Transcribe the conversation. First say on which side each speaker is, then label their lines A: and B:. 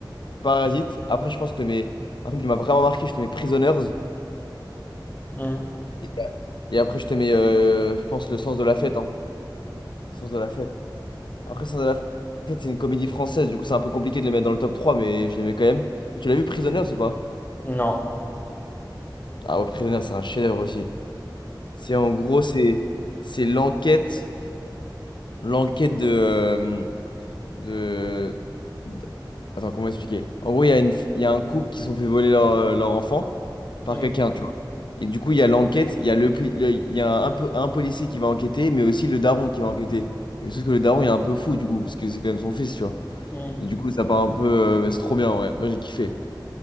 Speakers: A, on the left; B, on the left.
A: Parasite. Après, je pense que je te mets un film qui m'a vraiment marqué, je te mets Prisoners.
B: hmm.
A: Et et après, je te mets, euh, je pense, Le Sens de la fête. Hein. Sens de la fête. Après, Sens de la fête, c'est une comédie française, du coup, c'est un peu compliqué de le mettre dans le top trois mais je le mets quand même. Mais tu l'as vu Prisoners ou pas?
B: Non.
A: Ah ouais, Prisoner, c'est un chef-d'œuvre aussi. C'est en gros, c'est c'est l'enquête, l'enquête de, euh, de, d- Attends, comment expliquer? En gros, il y a une, f- il y a un couple qui se sont fait voler leur, euh, leur enfant par
B: Hmm,
A: quelqu'un, tu vois. Et du coup, il y a l'enquête, il y a le, pri- le- il y a un, po- un policier qui va enquêter, mais aussi le daron qui va enquêter. Et sauf que le daron, il est un peu fou, du coup, parce que c'est quand même son fils, tu vois.
B: hmm.
A: Et du coup, ça part un peu... euh, bah, c'est trop bien, ouais. Moi, j'ai kiffé.